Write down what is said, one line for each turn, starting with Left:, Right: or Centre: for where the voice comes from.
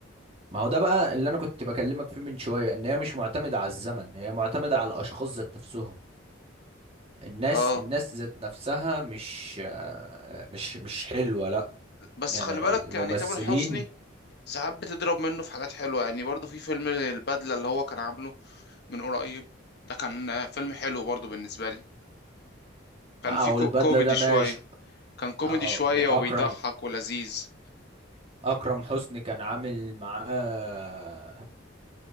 Right: ما هو ده بقى اللي انا كنت بكلمك فيه من شوية ان هي مش معتمدة على الزمن هي معتمدة على الاشخاص ذات نفسهم الناس
Left: اه
Right: الناس ذات نفسها مش آه، مش مش حلوة لا
Left: بس
Right: يعني
Left: خلي بالك
Right: الممثلين
Left: يعني تامر حسني ساعات بتضرب منه في حاجات حلوة يعني برضو في فيلم البدلة اللي هو كان عامله من قريب ده كان آه، فيلم حلو برضو بالنسبة لي كان
Right: او
Left: في كو
Right: البدلة
Left: كوميدي
Right: ده
Left: شوية
Right: ماشي
Left: كان كوميدي
Right: أ- أ-
Left: شوية
Right: اكرم
Left: وبيضحك ولذيذ
Right: اكرم حسني كان عامل معاه